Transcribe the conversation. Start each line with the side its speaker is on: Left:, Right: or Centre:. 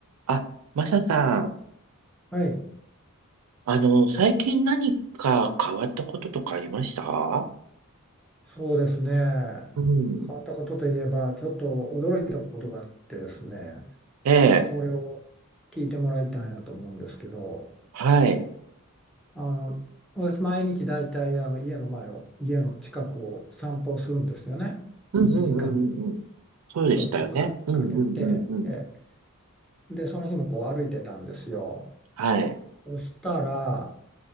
Right: あ、マサさん、
Centre: はい、
Right: あの、最近何か変わったこととかありました
Centre: そうですね。変わったことといえば、
Right: うん。
Centre: ちょっと驚いたことがあってですね、
Right: ええ、
Centre: それを聞いてもらいたいなと思うんですけど、
Right: はい。
Centre: あの、私、毎日だいたいあの家の前を、家の近くを散歩するんですよね。
Right: うんうんうんうんうん。
Centre: 1時間
Right: そうでしたよね。
Centre: ちょっとか、
Right: うんうんうんうん。
Centre: かけて、ええ、で、その日もこう歩いてたんですよ。
Right: はい。
Centre: そしたら、